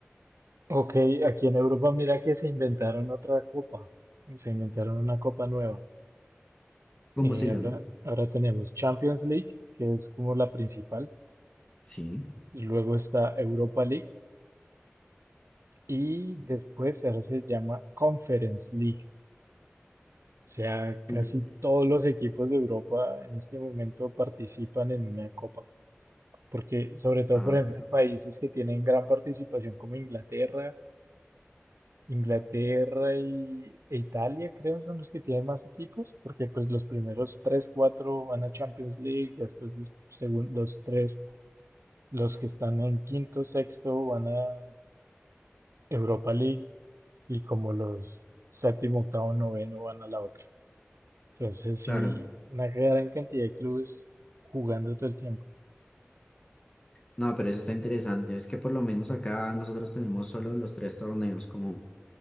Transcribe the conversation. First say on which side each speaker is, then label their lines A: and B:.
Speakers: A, on the right; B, on the left.
A: Ok, aquí en Europa mira que se inventaron otra copa, se inventaron una copa nueva.
B: ¿Cómo
A: Eh,
B: se llama?
A: ahora, ahora tenemos Champions League, que es como la principal,
B: Sí.
A: luego está Europa League y después ahora se llama Conference League. O sea, casi
B: Y-
A: todos los equipos de Europa en este momento participan en una copa, porque sobre todo,
B: ah,
A: por ejemplo,
B: pero
A: en países que tienen gran participación como Inglaterra Inglaterra y, e Italia creo son los que tienen más equipos, porque pues los primeros tres, cuatro van a Champions League, después los segundos tres, los que están en quinto, sexto van a Europa League y como los séptimo, octavo, noveno van a la otra. Entonces sí,
B: claro.
A: una gran cantidad de clubes jugando todo el tiempo.
B: No, pero eso está interesante. Es que por lo menos acá nosotros tenemos solo los tres torneos, como